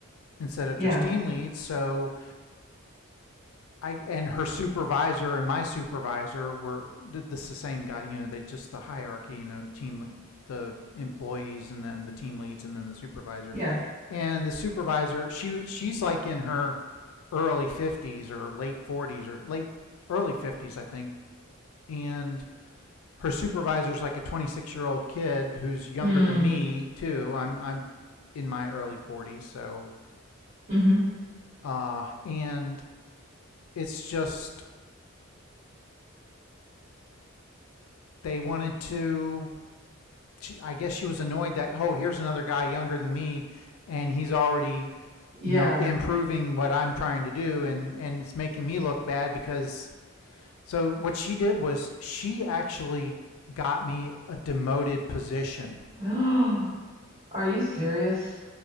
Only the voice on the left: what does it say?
instead of
just team leads so I and her supervisor and my supervisor were did this is the same guy. You know, they just the hierarchy. You know, team the employees and then the team leads and then the supervisors.
And the supervisor, she was- she's like in her early fifties or late forties or late early fifties, I think. And her supervisor's like a twenty six year old kid who's younger
than me too. I'm I'm in my early forties, so
uh, and it's just they wanted to she, I guess she was annoyed that oh here's another guy younger than me, and he's already
you know improving what I'm trying to do, and and it's making me look bad because so what she did was she actually got me a demoted position.